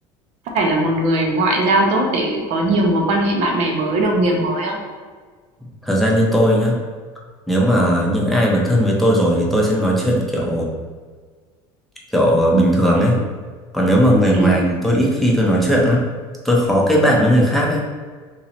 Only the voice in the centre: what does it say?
Thật ra như tôi nhá nếu mà những ai mà thân với tôi rồi thì tôi sẽ nói chuyện kiểu kiểu bình thường ấy còn nếu mà người
ngoài thì tôi ít khi tôi nói chuyện lắm tôi khó kết bạn với người khác ấy